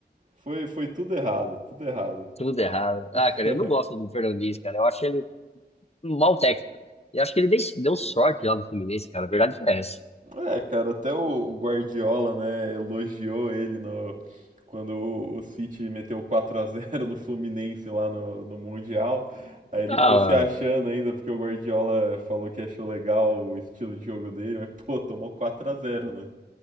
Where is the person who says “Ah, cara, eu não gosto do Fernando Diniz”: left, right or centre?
Left